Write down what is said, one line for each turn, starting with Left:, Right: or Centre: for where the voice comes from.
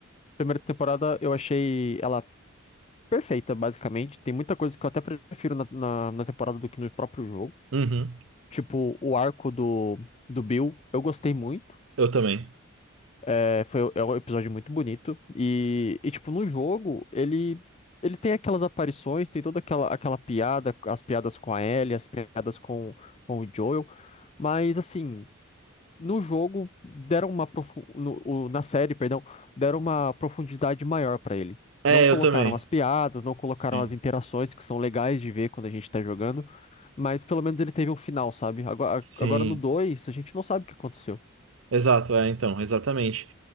Left: Primeira temporada eu achei ela perfeita, basicamente. Tem muita coisa que eu até prefiro na, na, na temporada do que no próprio jogo.
Right: Uhum,
Left: Tipo, o arco do, do Bill, eu gostei muito.
Right: eu também.
Left: É, foi, é um episódio muito bonito. E, e, tipo, no jogo, ele, ele tem aquelas aparições, tem toda aquela, aquela piada, as piadas com a Ellie, as piadas com, com o Joel. Mas, assim, no jogo, deram uma profu- no, o- na série, perdão, deram uma profundidade maior pra ele.
Right: É,
Left: Não colocaram
Right: eu também.
Left: as piadas, não colocaram
Right: Sim.
Left: as interações, que são legais de ver quando a gente tá jogando. Mas pelo menos ele teve um final, sabe? Agora,
Right: Sim.
Left: agora no 2 a gente não sabe o que aconteceu.
Right: Exato, é, então, exatamente.